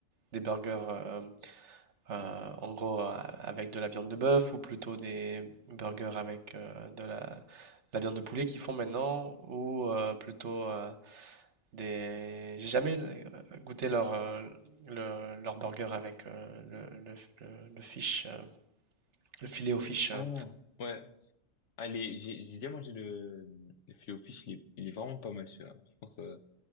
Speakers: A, on the right; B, on the left.
A: des burgers euh, euh, en gros a- avec de la viande de bœuf ou plutôt des burgers avec euh, de la, la viande de poulet qu'ils font maintenant ou euh, plutôt euh, des... J'ai jamais euh, goûté leur, euh, le- leur burger avec euh, le, le, le- le fish, euh, le filet au fish. euh.
B: Ah, ouais. Allez, j'ai, j'ai déjà mangé le, le filet au fish, il est, il est vraiment pas mal, celui-là. Je pense, euh,